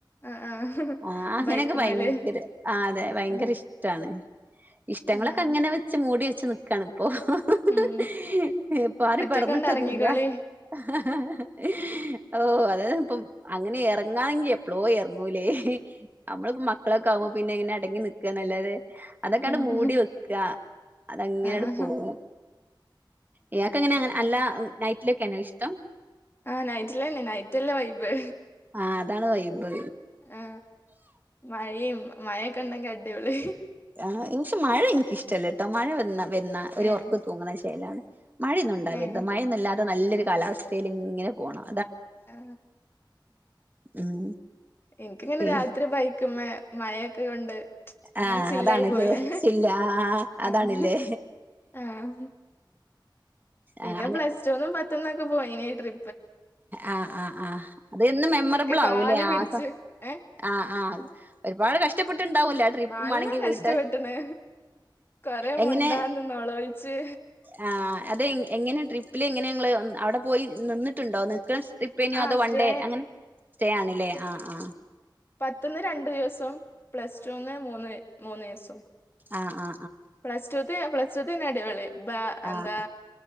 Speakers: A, on the left (about 30°); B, on the right (about 25°).
A: ആഹ് ആഹ്
B: ആ അങ്ങനെയൊക്കെ
A: ബൈക്കുമ്മേല്
B: ഭയങ്കര ആ അതെ ഭയങ്കര
A: ആഹ്
B: ഇഷ്ടാണ്. ഇഷ്ടങ്ങള്
A: ആഹ്
B: അങ്ങനെ വെച്ച് മൂടി വെ ച്ച് നിക്കണം. ഒ ഹ് ഹ് ഹ്
A: ഉം
B: ഹ് ഹി ഹെ പാറി
A: ഒറ്റക്കണ്ട്
B: പറന്നിട്ടൊന്നുല്ല
A: എറങ്ങിക്കോളി
B: ഹ് ഹ് ഹ് ഓ അതെ ഇപ്പം അങ്ങനെ എറങ്ങാണെങ്കി എപ്പ ളോ എറങ്ങൂലേ ഹ് നമ്മളിപ്പോ മക്കളക്കെ ആകുമ്പോ പിന്നെ എങ്ങനെ അടങ്ങി നി ഒക്ക നല്ലതെ അതൊക്കെ
A: ഉം
B: അങ്ങ് മൂടി വെക്- ഇല്ല അത് അങ്ങനെ അങ്ങ്
A: ആഹ്
B: പോകും. ഇയാൾക്ക് എങ്ങനെ അങ്ങന അല്ല നൈറ്റിലൊക്കെയാണോ ഇഷ്ടം
A: ആ നൈറ്റിലന്നെ നൈറ്റല്ലേ വൈബ്
B: ആഹ് അതാണ് വൈബ് ബ്
A: ആ മഴയും മഴൊക്കെ ഉണ്ടെങ്കിൽ അടിപൊളി
B: ആ ഈ മഴ എനിക്ക് ഇഷ്ടമില്ല ട്ടോ മഴ വന്നാ വന്ന ഒരു
A: ഏഹ്
B: ഒർക്ക് തൂങ്ങണ ശേലാണ് മഴയൊന്നുണ്ടാവരുത്
A: ഏഹ്
B: മഴയൊന്നും ഇല്ലാതെ നല്ല വെയ് ഈ കാലാവസ്ഥയിൽ ഇങ്ങനെ പോകണം
A: ആ
B: ഉം
A: എനിക്കിങ്ങനെ
B: പി
A: രാത്രി ബൈക്കിമ്മേ മഴെക്കെ കൊണ്ട്
B: ആ
A: അങ്ങനെ ചില്ലായി
B: അതാണ്ല്ലേ
A: പോവല്ലേ
B: ചില്ല അതാണ്ല്ലേ
A: ആഹ് ആഹ് പിന്നെ
B: ആഹ്
A: പ്ലസ്ടുന്നും പത്ത്ന്ന് ക്ക പോയിനി ട്രി
B: ആ ആ ആ അതെന്നും മെമ്മറബിൾ
A: ഒക്കെ കാല്
B: ആവൂല്ലേ
A: പിടിച്ച്
B: ആ സമ
A: ഏ
B: ആ ആ ഒരുപാട് കഷ്ടപ്പെട്ട് ക്കെ ഇണ്ടാവ് ല്ലെ ആ ട്രിപ്പ്
A: നല്ല
B: മാണെങ്കിൽ
A: കഷ്ടപ്പെട്ടണ്
B: വീട്ടാര്
A: കൊറേ
B: എങ്ങനെ
A: മുണ്ടാന്ന് നൊളോളിച്ച്
B: ആ അതെങ്ങനെ ട്രിപ്പിലെങ്ങനെ ഇങ്ങള്അവിടെ പോയി നിന്നു ട്ട്ണ്ടോ നിക്ക് ഇപ്പ ഇനി
A: ആ
B: അതോ വൺ
A: സ്റ്റേ
B: ഡേ അങ്ങനെ സ്റ്റേ ആണ്ല്ലേ ആ ആ
A: പത്ത്ന്ന് രണ്ട് ദിവസം പ്ലസ്ടൂന്ന് മൂന്ന് മൂന്നീസം
B: ആ ആ
A: പ്ലസ് ടു ത്തെ പ്ലസ് ടു ത്തേണ് അടിപൊളി ബ
B: ആഹ്
A: എന്താ